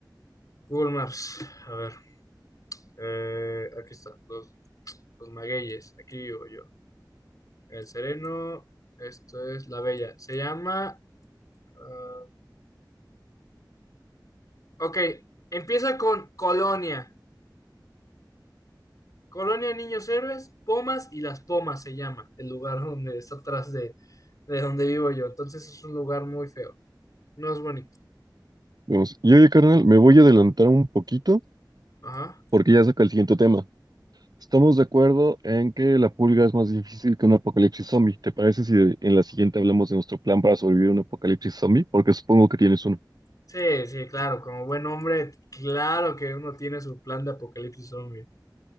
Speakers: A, on the left; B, on the right.
A: Google Maps. A ver. eh, aquí está. Los, los magueyes. Aquí vivo yo. El Sereno. Esto es La Bella. Se llama. ah, ok. Empieza con Colonia. Colonia Niños Héroes, Pomas y Las Pomas se llama. El lugar donde está atrás de, de donde vivo yo. Entonces es un lugar muy feo. No es bonito.
B: vamos. Y oye, carnal, me voy a adelantar un poquito
A: Ajá.
B: porque ya saca el siguiente tema. Estamos de acuerdo en que la pulga es más difícil que un apocalipsis zombie. ¿Te parece si en la siguiente hablamos de nuestro plan para sobrevivir a un apocalipsis zombie? Porque supongo que tienes uno.
A: Sí, sí, claro, como buen hombre, claro que uno tiene su plan de apocalipsis zombie.